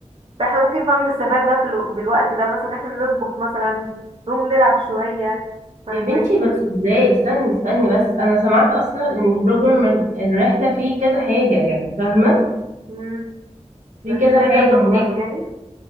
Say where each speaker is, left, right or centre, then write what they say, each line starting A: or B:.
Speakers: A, on the right; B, on the right.
A: فاحنا ممكن فاهم نستفاد بقى في الو... بالوقت ده مثلا احنا نطبخ مثلا نقوم نلعب شوية فاهماني
B: يا بنتي بس ازاي استني استني بس انا سمعت اصلا ان بروجرام ال- الرحله فيه كذا حاجه يعني فاهمه
A: امم
B: في
A: بيبقى
B: كذا
A: في كذا
B: حاجه
A: بروجرام
B: هناك
A: يعني